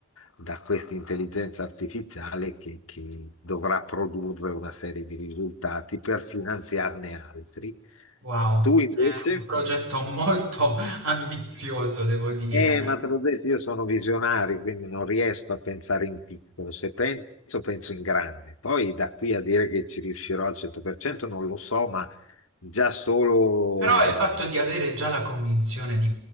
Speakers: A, on the left (about 85°); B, on the right (about 85°).
A: da questa intelligenza artificiale che, che dovrà produrre una serie di risultati per finanziarne altri.
B: Wow,
A: Tu
B: è
A: invece?
B: un progetto molto ambizioso, devo dire.
A: Eh, ma te l'ho detto, io sono visionario, quindi non riesco a pensare in piccolo. Se penso, penso in grande. Poi da qui a dire che ci riuscirò al 100% non lo so, ma Già solo,
B: Però il fatto di avere già la convinzione di